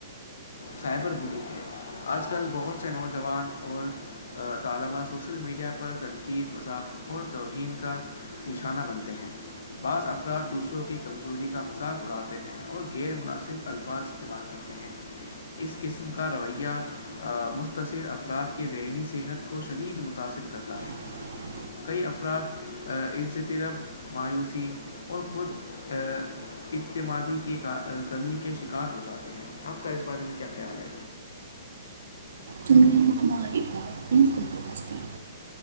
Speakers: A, on the left; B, on the right.
A: سائبر بلنگ ہے آج کل بہت سے نوجوان اور طلبہ سوشل میڈیا پر تنقید مذاق اور توہین کا نشانہ بنتے ہیں بعض افراد دوسروں کی کمزوری کا مذاق اڑاتے ہیں اور غیر مناسب الفاظ استعمال کرتے ہیں اس قسم کا رویہ مختصر افراد کے ذہنی صحت کو شدید متاأثر کرتا ہے
B: <inaudible>
A: کئی افراد عز طرب مایوسی اور خود اعتمادی کی کمی کے شکار ہو جاتے ہیں آپ کا اس بارے میں کیا خیال ہے
B: تم نے تمہاری بات نہیں کر دو